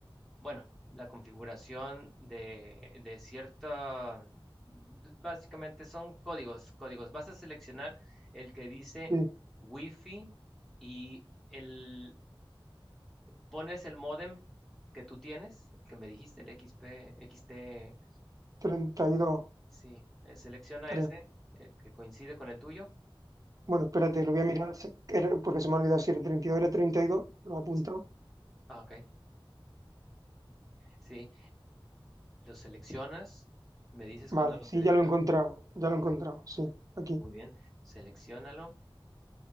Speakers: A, in the centre; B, on the right.
A: Bueno, la configuración de, de cierta, básicamente son códigos, códigos. Vas a seleccionar el que dice
B: sí,
A: Wi-Fi y el, pones el módem que tú tienes, el que me dijiste, el XP, XT,
B: treinta y dos
A: sí, eh, selecciona
B: creo.
A: ese, el que coincide con el tuyo.
B: Bueno, espérate, lo voy a mirar, se- era- porque se me ha olvidado si era 32, era 32 lo he apuntado.
A: Sí, Ah, ok, sí, lo seleccionas, me dices
B: Vale,
A: cuando lo
B: sí,
A: selecciones.
B: ya lo he encontrado, ya lo
A: Ok,
B: he encontrado, sí, aquí.
A: muy bien, seleccionalo